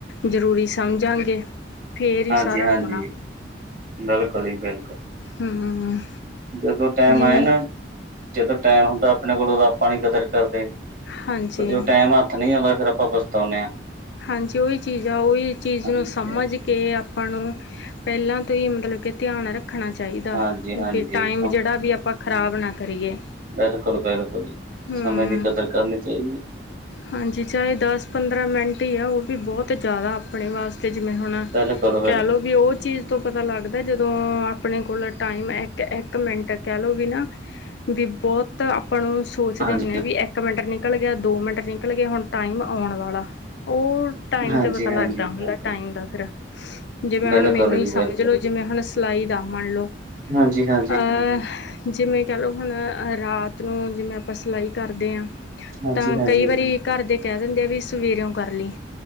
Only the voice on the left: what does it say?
ਜ਼ਰੂਰੀ ਸਮਝਾਂਗੇ, ਫੇਰ ਈ
ਸਾਰਾ
ਹੋਨਾ।
ਹੂੰ
ਜਿਵੇਂ
ਹਾਂਜੀ-ਹਾਂਜੀ।
ਹਾਂਜੀ ਉਹੀ ਚੀਜ਼ ਆ, ਉਹੀ ਚੀਜ਼
ਨੂੰ ਸਮਝ ਕੇ ਆਪ ਆਪਾਂ ਨੂੰ ਪਹਿਲਾਂ ਤੋਂ ਹੀ ਮਤਲਬ ਕਿ ਧਿਆਨ ਰੱਖ ਰੱਖਣਾ ਚਾਹੀਦਾ।
ਵੀ ਟਾਈਮ ਜਿਹੜਾ ਵੀ ਆਪਾਂ ਖ਼ਰਾਬ ਨਾ ਕਰੀਏ।
ਹੂੰ
ਹਾਂਜੀ, ਚਾਹੇ ਦਸ ਪੰਦਰਾਂ ਮਿੰਟ ਹੀ ਆ, ਉਹ ਵੀ ਬਹੁਤ ਜ਼ਿਆਦਾ ਆਪਣੇ ਵਾਸਤੇ ਜਿਵੇਂ ਹੁਣ
ਕਹਿ ਲਓ ਵੀ ਉਹ ਚੀਜ਼ ਤੋਂ ਪਤਾ ਲੱਗਦਾ। ਜਦੋਂ ਆਪਣੇ ਕੋਲ ਟਾਈਮ ਇੱਕ-ਇੱਕ ਮਿੰਟ ਕਹਿ ਲਓ ਵੀ ਨਾ ਵੀ ਬਹੁਤ ਆਪਾਂ ਨੂੰ ਸੋਚਦੇ
ਹੁੰਨੇ ਆ ਵੀ ਇੱਕ ਮਿੰਟ ਨਿਕਲ ਗਿਆ ਦੋ ਮਿੰਟ ਨਿਕਲ ਗਏ, ਹੁਣ ਟਾਈਮ ਆਉਣ ਵਾਲਾ ਉਰ ਟਾਈਮ
ਤੇ ਪਤਾ
ਲੱਗਦਾ
ਹੁੰਦਾ ਟਾਈਮ ਦਾ ਫੇਰ। ਜਿਵੇਂ
ਹੁਣ ਮੈਨੂੰ ਹੀ
ਸਮਝ
ਲੋ, ਜਿਵੇਂ ਹੁਣ ਸਿਲਾਈ ਦਾ ਮੰਨਲੋ।
ਹਾਂ। ਜਿਵੇਂ ਕਹਿ ਲਓ, ਹੁਣ ਰਾਤ ਨੂੰ ਜਿਵੇਂ ਆਪਾਂ ਸਿਲਾਈ ਕਰਦੇ ਆਂ।
ਤਾਂ
ਕਈ ਵਾਰੀ ਘਰ ਦੇ ਕਹਿ ਦਿੰਦੇ ਆ ਵੀ ਸਵੇਰੇਓ ਕਰ ਲਈ।